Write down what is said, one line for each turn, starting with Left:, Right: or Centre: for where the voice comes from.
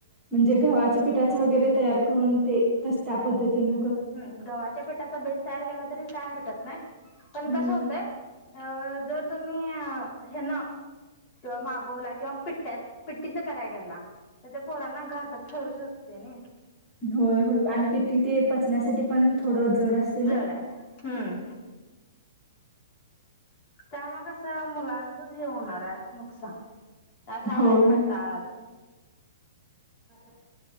Centre: म्हणजे गव पठाच वगैरे तयार करून ते पद्धतीन
Left: हम गव्हाच्या पिठाचा बेस तयार केला तरी काय हरकत नाही. पण
Centre: हम्म.
Left: कस होतंय अ जर तुम्ही हे ना किंवा मागवला किंवा पिट्ट्या पिट्टीच कराय गला तर ते पोरांना घातच ठरू शकते नाही.
Centre: होय हो आणि पिठी ते पचण्यासाठी पण थोडं जड असते
Left: जड
Centre: ना.
Left: आहे हम्म त्या मगसं मुलांचंच हे होणार आहे. नुकसान आस आजारी
Centre: होय
Left: पडतात.
Centre: <unintelligible>